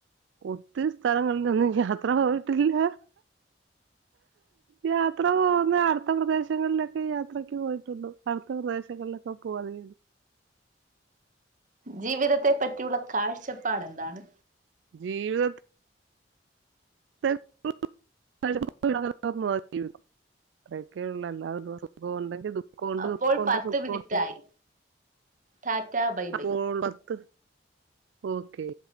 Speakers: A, on the right; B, on the right.
A: ഒത്തിരി സ്ഥലങ്ങൾലൊന്നും യാത്ര പോയ്ട്ടില്ല യാത്ര പോവ് ന്നെ അടുത്ത പ്രദേശങ്ങൾലൊക്കെ യാത്രക്ക് പോയിട്ടുള്ളു അട്ത്ത പ്രദേശങ്ങൾലൊക്കെ പോവല്
B: ജീവിതത്തെ പറ്റിയുള്ള കാഴ്ചപ്പാടെന്താണ്
A: ജീവിതത് <unintelligible> <unintelligible> ജീവിതം ഇത്രയൊക്കെ ഉള്ളു അല്ലാതെ സുഖവുണ്ടെങ്കി ദുഖ ക്കോണ്ട്
B: അപ്പോൾ
A: ദുക്കോണ്ട്
B: പത്ത്
A: സുഖോണ്ട്
B: മിനിറ്റായി ടാറ്റാ ബൈ
A: അപ്പോ
B: ബൈ
A: പത്ത് ഓക്കേ